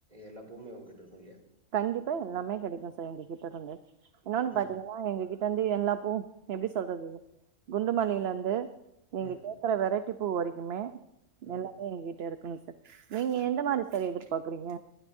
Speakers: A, on the right; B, on the right.
A: எல்லா பூ மே உங்கிட்ட இருக்கு இல்லயா
B: கண்டிப்பா எல்லாமே கெடைக்கு சார் எங்க கிட்ட இருந்து இன்னொன்னு பாத்தீங்கன்னா
A: ம்
B: எங்க கிட் ட்ட வந்து எல்லா பூ எப்டி சொல்றது குண்டு மல்லில இருந்து நீங்க
A: ம்
B: கே க்கற வெரைட்டி பூ வரைக்குமே
A: ம்
B: எல்லாமே ஏங்கிட்ட இருக் குங் சார் நீங்க எந்த மாரி சார் எதிர்பாக்குறீங்க